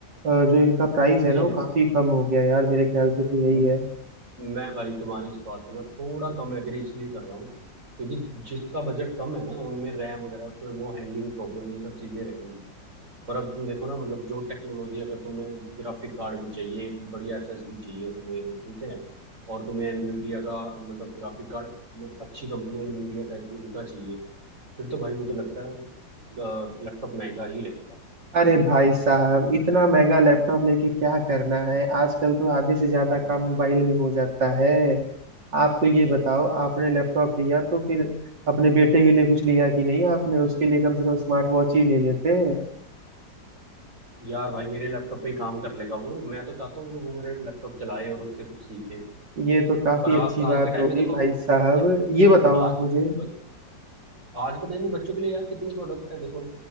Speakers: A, on the right; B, on the right.
A: अ, जो इनका प्राइस है
B: नहीं
A: ना वो
B: नहीं
A: काफी कम हो गया यार मेरे ख्याल से तो यही
B: नहीं
A: है
B: म- मैं भाई तुम्हारी इस बात से ना थोड़ा कम एग्री इसलिए कर रहा हूँ क्योंकि जिसका बजट कम है ना उनमें रैम वगैरह उसमें वो हैंगिंग प्रॉब्लम ये सब चीजें रहेंगी पर अब तुम देखो ना मतलब जो टेक्नोलॉजी अगर तुम्हें ग्राफिक कार्ड भी चाहिए एक बढ़िया एसएसडी चाहिए उसमें ठीक है और तुम्हें एनवीडिया का मतलब ग्राफिक कार्ड अच्छी कंपनी एनवीडिया टाइप उनका चाहिए फिर तो भाई मुझे लगता है लैपटॉप महंगा ही रहेगा
A: अरे भाई साहब इतना महंगा लैपटॉप लेके क्या करना है आजकल तो आधे से ज्यादा
B: हम्म,
A: काम मोबाइल में हो जाता है आप तो ये बताओ आपने लैपटॉप लिया तो फिर अपने बेटे के लिए कुछ लिया कि नहीं आपने उसके लिए कम से कम स्मार्ट वॉच ही ले लेते
B: यार भाई मेरे लैपटॉप पे ही काम कर लेगा वो मैं तो चाहता हूँ कि वो मेरे लैपटॉप चलाए और उससे कुछ सीखे
A: ये तो काफी
B: पर आप
A: अच्छी
B: आज
A: बात
B: के टाइम
A: होगी
B: में देखो
A: भाई
B: कि
A: साहब ये बताओ
B: आज
A: आप मुझे
B: ब, आज के टाइम में बच्चों के लिए यार कितने प्रोडक्ट हैं देखो